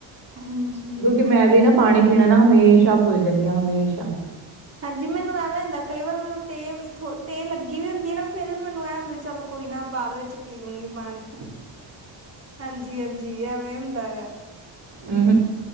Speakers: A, on the right (about 30°); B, on the right (about 55°).
A: ਹਾਂਜੀ।
B: ਕਿਉਂਕਿ ਮੈਂ ਵੀ ਨਾ ਪਾਣੀ ਪੀਣਾ ਨਾ ਹਮੇਸ਼ਾ ਭੁੱਲ ਜਾਂਦੀ ਆ, ਹਮੇਸ਼ਾ।
A: ਹਾਂਜੀ ਮੈਨੂੰ ਐਵੇਂ ਹੁੰਦਾ। ਕਈ ਵਾਰ ਮੈਨੂੰ ਤੇ, ਤੇ ਲੱਗੀ ਵੀ ਹੁੰਦੀ ਹੈ ਨਾ। ਫੇਰ ਵੀ ਮੈਨੂੰ ਐਂ ਹੁੰਦੈ ਚਲੋ ਕੋਈ ਨਾ ਬਾਅਦ ਵਿੱਚ ਪੀ ਲੂੰਗੀ ਪਾਣੀ। ਹਾਂਜੀ, ਹਾਂਜੀ ਐਵੇਂ ਹੁੰਦਾ ਵਾ
B: ਹੂੰ, ਹ